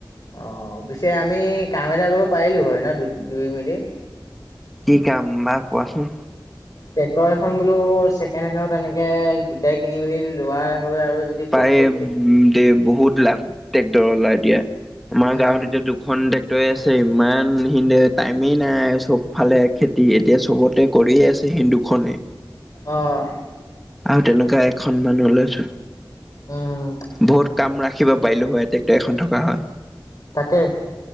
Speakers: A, on the left (about 50°); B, in the centre.
A: অ পিছে আমি কাম এটা কৰিব পাৰিলো হয় ন দু দুই মিলি।
B: কি কাম বা কোৱাচোন।
A: ট্ৰেক্টৰ এখন বোলো ছেকেণ্ড হেডত এনেকে দুটাই কিনি মেলি লোৱা। হয় আৰু যদি
B: পায়
A: ক'ত ক'ত খেতি
B: দ বহুত লাভ ট্ৰেক্টৰ ওলাই দিয়া। আমাৰ
A: উম
B: গাঁৱত এতিয়া দুখন। টেক্টৰ আছে ইমান সি টাইমেই নাই চব ফালে খেতি এতিয়া চবতে কৰিয়ে আছে। দুখনে।
A: আহ।
B: আৰু তেনেকুৱা এখন মানুহ লৈছো,
A: উম
B: বহুত। কাম ৰাখিব পাৰিলো হয় ট্ৰেক্টৰ এখন থকা হয়।
A: তাকে।